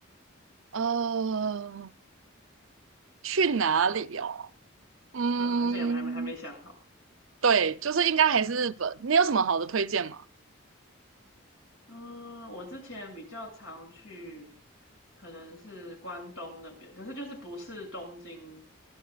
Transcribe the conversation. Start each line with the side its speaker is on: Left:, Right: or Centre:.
Right: 呃，去哪里哦？嗯，
Left: 对啊，还是也还没还没想好。
Right: 对，就是应该还是日本。你有什么好的推荐吗？
Left: 嗯，我之前比较常去，可能是关东那边，可是就是不是东京，